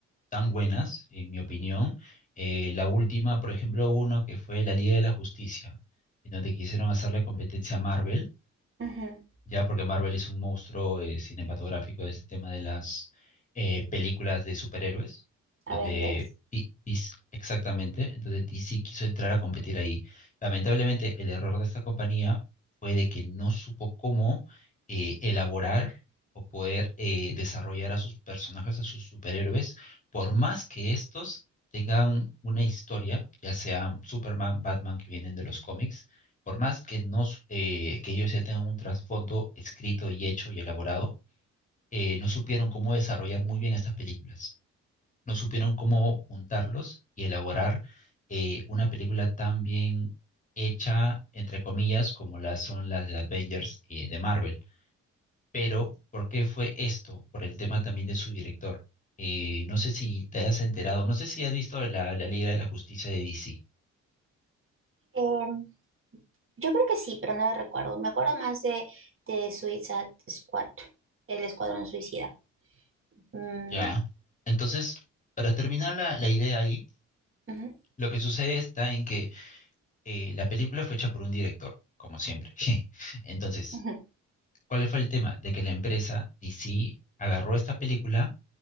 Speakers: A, on the left (about 25°); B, on the right (about 45°).
A: tan buenas, en mi opinión. Eh, la última, por ejemplo, uno que fue La Liga de la Justicia, en donde quisieron hacer la competencia a Marvel
B: Ujú.
A: ya porque Marvel es un monstruo eh, cinematográfico de este tema de las eh, películas de superhéroes,
B: Avengers.
A: donde di- dis- exactamente, entonces DC quiso entrar a competir ahí. Lamentablemente, el error de esta compañía fue de que no supo cómo eh, elaborar o poder eh, desarrollar a sus personajes, a sus superhéroes, por más que estos tengan una historia, ya sean Superman, Batman, que vienen de los cómics, por más que, no, s- eh, que ellos ya tengan un trasfondo escrito y hecho y elaborado, eh, no supieron cómo desarrollar muy bien estas películas, no supieron cómo juntarlos y elaborar eh, una película tan bien hecha, entre comillas, como las son las de Avengers eh, de Marvel. Pero, ¿por qué fue esto? Por el tema también de su director. Eh, no sé si te has enterado, no sé si has visto la, la Liga de la Justicia de DC.
B: Em, Yo creo que sí, pero no la recuerdo. Me acuerdo más de, de Suicide Squad, el Escuadrón Suicida. Mm,
A: Ya. Entonces, para terminar la, la idea ahí,
B: ujú,
A: Lo que sucede está en que eh, la película fue hecha por un director, como siempre. <laughs> Entonces,
B: ujú,
A: ¿cuál fue el tema? De que la empresa DC agarró esta película